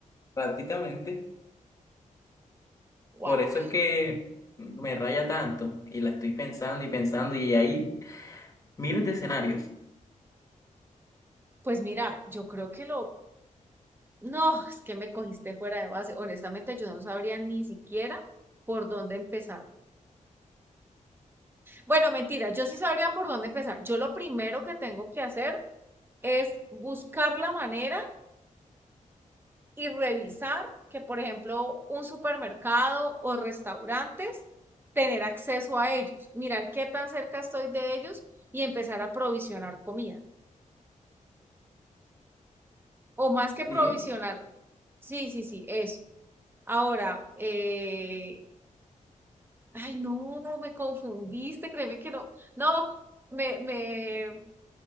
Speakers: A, on the left; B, on the right.
A: Prácticamente,
B: Guau.
A: por eso es que me raya tanto y la estoy pensando y pensando y hay miles de escenarios.
B: Pues mira, yo creo que lo No, es que me cogiste fuera de base. Honestamente, yo no sabría ni siquiera por dónde empezar. Bueno, mentira, yo sí sabría por dónde empezar. Yo lo primero que tengo que hacer es buscar la manera y revisar que, por ejemplo, un supermercado o restaurantes, tener acceso a ellos, mirar qué tan cerca estoy de ellos y empezar a provisionar comida. O más que
A: Sí,
B: provisionar, sí, sí, sí, eso. Ahora, eh, Ay, no, no me confundiste, créeme que no. No, me, me,